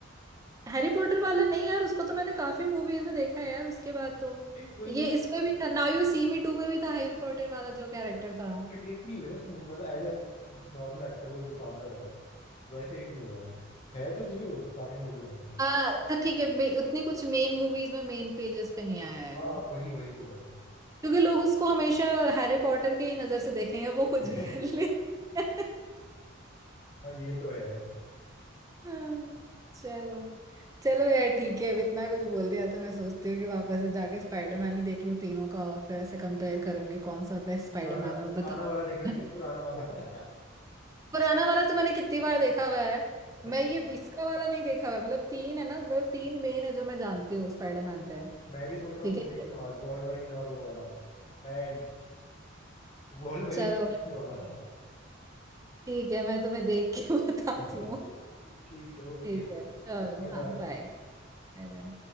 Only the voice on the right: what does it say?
हैरी पॉटर वाला नहीं यार उसको तो मैंने काफी मूवीज में देखा है यार उसके बाद तो
ये
इसमें भी था now you see me two में भी था हैरी पॉटर वाला जो कैरेक्टर
था
हाँ तो ठीक है मे- उतनी कुछ मेन मूवीज में मेन पेजेस पे नहीं आया है
वो
क्योंकि लोग उसको हमेशा हैरी पॉटर के ही नजर से देखेंगे वो कुछ
भी कर ले <laughs>
हाँ, चलो चलो यार ठीक है अब इतना कुछ बोल दिया तो मैं सोचती हूँ कि वापस से जाके स्पाइडरमैन ही देख लूँ तीनों का और फिर ऐसे कंपेयर करूंगी कौन सा बेस्ट स्पाइडरमैन
और
बता
<laughs>
पुराना वाला तो मैंने कितनी बार देखा हुआ है
मैं ये इसका वाला नहीं देखा हुआ है। मतलब तीन है ना मतलब तीन मेन है जो मैं जानती हूँ स्पाइडरमैन पे
ठीक
है
चलो
ठीक है मैं तुम्हें देख के <laughs> बताती
हूँ
ठीक है चलो
हाँ
बाय बाय बाय